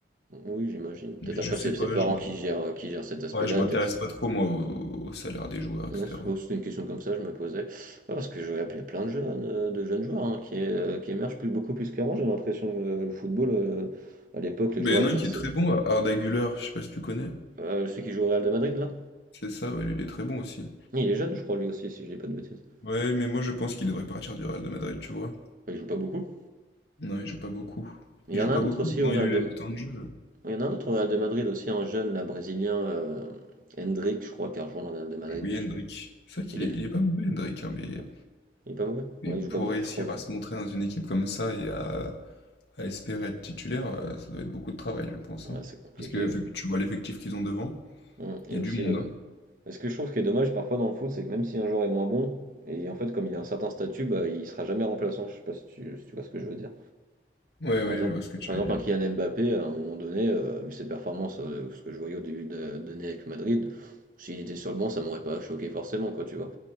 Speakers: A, on the right; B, on the left.
A: Oui, j'imagine. Peut-être
B: Mais
A: après,
B: je sais
A: c'est
B: pas,
A: ses parents
B: je m'in-
A: qui gèrent, euh, qui gèrent cet aspect-là,
B: ouais, je m'intéresse
A: et peut-être...
B: pas trop, moi, au... au salaire des joueurs, etc.
A: Ouais, c'est- c'était une question comme ça, je me posais. Ah, parce que je vois, il plein de jeunes, euh, de jeunes joueurs hein, qui, euh, qui émergent plus, beaucoup plus qu'avant, j'ai l'impression que euh, le football, euh, à l'époque, les
B: Mais
A: joueurs,
B: il y en
A: ils
B: a
A: perçaient.
B: un qui est très bon, Arda Güler, je sais pas si tu connais.
A: Euh, celui qui joue au Real de Madrid, là?
B: C'est ça, ouais, il est très bon aussi.
A: Il est jeune, je crois, lui aussi, si je dis pas de bêtises.
B: Ouais, mais moi, je pense qu'il devrait partir du Real de Madrid, tu vois.
A: Il joue pas beaucoup.
B: Non, il joue pas beaucoup.
A: Il
B: Il
A: y
B: joue
A: en a
B: pas
A: un
B: beaucoup,
A: autre aussi
B: quand
A: au Real
B: il lui laisse
A: de...
B: du temps de jeu.
A: Il y en a un autre au Real de Madrid aussi, un jeune, là, brésilien, euh, Hendrick, je crois, qui a rejoint le Real de Madrid.
B: Oui, Hendrick.
A: Je sais pas.
B: C'est vrai qu'il
A: Il est
B: est, il est pas mauvais, Hendrick, hein, mais,
A: pas, il est pas mauvais.
B: mais
A: Ouais, il joue
B: pour
A: pas beaucoup,
B: réussir
A: je crois, lui.
B: à se montrer dans une équipe comme ça et à, à espérer être titulaire, euh, ça doit être beaucoup de travail, je pense.
A: Ouais,
B: hein.
A: c'est compliqué.
B: Parce que vu
A: ouais.
B: que tu vois l'effectif qu'ils ont devant,
A: Hum, Et
B: il y
A: aussi,
B: a du monde.
A: bah, même...
B: hein.
A: Parce que je trouve ce qui est dommage parfois dans le foot, c'est que même si un joueur est moins bon, et en fait, comme il a un certain statut, bah, il sera jamais remplaçant. Je sais pas si tu, si tu vois ce que je veux dire.
B: Ouais, ouais,
A: Par exemple,
B: je vois ce que tu
A: par
B: veux
A: exemple,
B: dire.
A: un Kylian Mbappé, à un moment donné, euh, vu ses performances, euh, ce que je voyais au début de- d'année avec Madrid, s'il était sur le banc, ça m'aurait pas choqué forcément, quoi, tu vois.